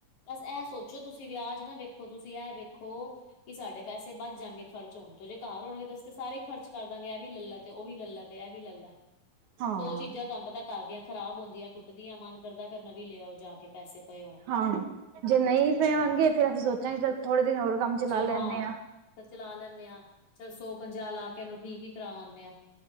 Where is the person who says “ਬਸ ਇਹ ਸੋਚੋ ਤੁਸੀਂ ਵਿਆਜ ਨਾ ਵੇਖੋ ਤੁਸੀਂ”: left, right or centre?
Left